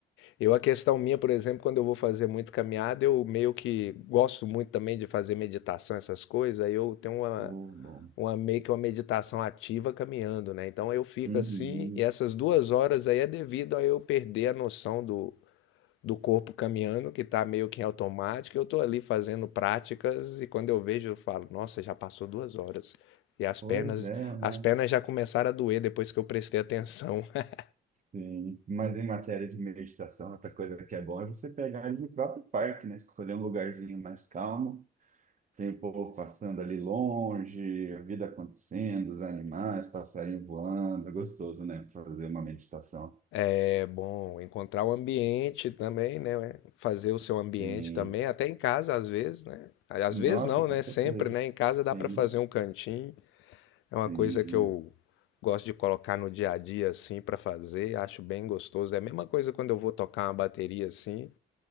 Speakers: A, on the left (about 80°); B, on the right (about 40°).
A: eu, a questão minha, por exemplo, quando eu vou fazer muito caminhada, eu meio que gosto muito também de fazer meditação, essas coisas. Aí eu tenho uma,
B: Oh, bom.
A: uma meio que uma meditação ativa caminhando, né? Então eu fico
B: Uhum.
A: assim, e essas duas horas aí é devido a eu perder a noção do, do corpo caminhando, que tá meio que em automático. Eu tô ali fazendo práticas e quando eu vejo, eu falo, nossa, já passou duas horas. E as
B: Pois
A: pernas,
B: é, né?
A: as pernas já começaram a doer depois que eu prestei atenção. <laughs>
B: Sim. Mas em matéria de meditação, outra coisa que é bom é você pegar ali no próprio parque, né? Escolher um lugarzinho mais calmo Tem o povo passando ali longe, a vida acontecendo, os animais, passarinho voando, é gostoso, né? Fazer uma meditação.
A: É bom encontrar o ambiente também, né? Fazer o seu ambiente
B: Sim.
A: também, até em casa às vezes, né? Às
B: Nossa,
A: vezes não,
B: com
A: né?
B: certeza.
A: Sempre, né? Em casa dá
B: Sim,
A: para fazer um cantinho. É
B: sim,
A: uma coisa que eu gosto de colocar no dia a dia assim para fazer, acho bem gostoso. É a mesma coisa quando eu vou tocar uma bateria assim,